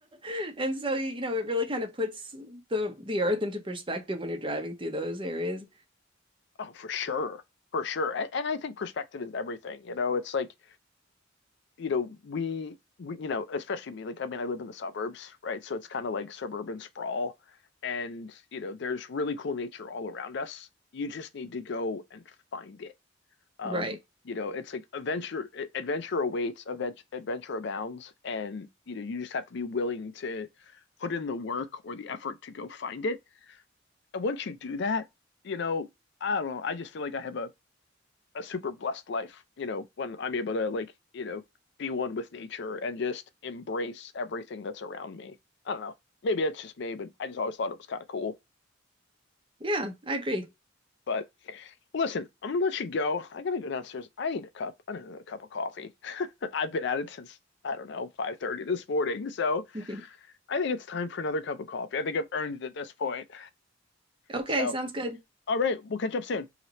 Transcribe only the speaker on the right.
<laughs> and so, you know, it really kind of puts the the earth into perspective when you're driving through those areas.
Right.
Yeah, I agree.
<laughs>
Okay,
sounds good.